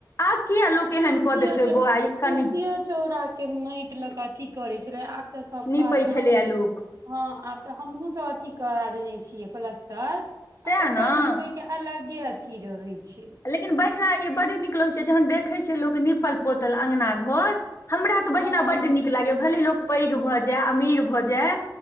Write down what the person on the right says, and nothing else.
तुलसीओ
च
तुलसीओ
चौरा के मइट लऽ कऽ अथी करै छलै आब तऽ सबथ
हँ आब तऽ हमहूँ सब अथी करा देने छियै प्लस्तर आ
ओकर
नीपे के अलग के अथी रहै छै
हँ